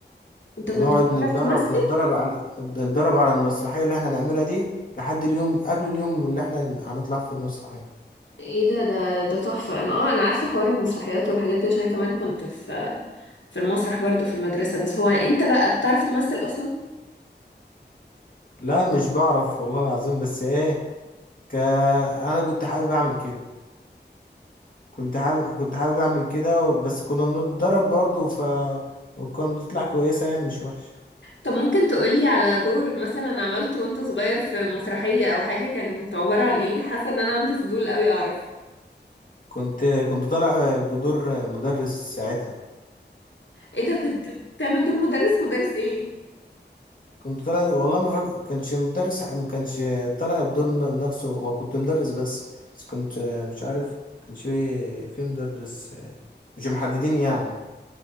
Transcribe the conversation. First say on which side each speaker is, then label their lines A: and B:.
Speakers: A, on the left; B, on the left.
A: انت كنت
B: بنقعد
A: بتعرف
B: نتدرب
A: تمثل
B: نتدرب على نتدرب على المسرحية اللي احنا هنعملها دي لحد اليوم قبل اليوم اللي احنا هنطلع فيه المسرحية
A: ايه ده ده ده تحفة انا اه انا عارفة حوار المسرحيات والحاجات دي عشان كمان كنت في في المسرح برضو في المدرسة بس هو انت بقى بتعرف تمثل اصلا
B: لا مش بعرف والله العظيم بس ايه ك... انا كنت حابب اعمل كده كنت حابب كنت حابب اعمل كده بس كنا بنتدرب برضه ف وكان بتطلع كويسة يعني مش وحشة
A: طب ممكن تقولي على دور مثلا عملته وانت صغير في مسرحية او حاجة كانت عبارة عن ايه حاسة ان انا عندي فضول قوي اعرف
B: كنت كنت طالع بدور مدرس ساعتها
A: ايه ده كنت بتعمل دور مدرس مدرس ايه
B: كنت طالع والله ما فاكر كانش مدرس ما كانش طالع الدور ن- نفسه هو كنت مدرس بس بس كنت آه، مش عارف ما كانش في في مدرس آه، مش محددين يعني